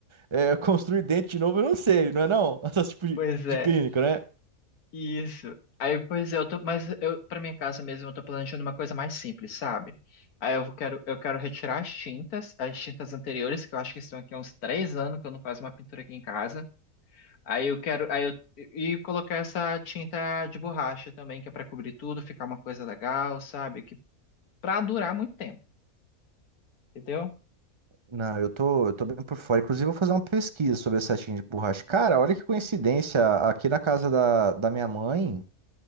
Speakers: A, on the right; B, on the left.
A: é, construir dente de novo, eu não sei, não é não? <laughs> Essas tipo de,
B: Pois é.
A: de clínica, né?
B: Isso. Aí, pois é, eu tô, mas eu para minha casa mesmo eu tô planejando uma coisa mais simples, sabe? Aí eu quero eu quero retirar as tintas, as tintas anteriores que eu acho que estão aqui há uns três anos que eu não faço uma pintura aqui em casa. Aí eu quero aí eu e colocar essa tinta de borracha também que é para cobrir tudo, ficar uma coisa legal, sabe? Que para durar muito tempo, entendeu?
A: Não, eu tô, eu tô bem por fora. Inclusive, eu vou fazer uma pesquisa sobre essa tinta de borracha. Cara, olha que coincidência. Aqui na casa da, da minha mãe,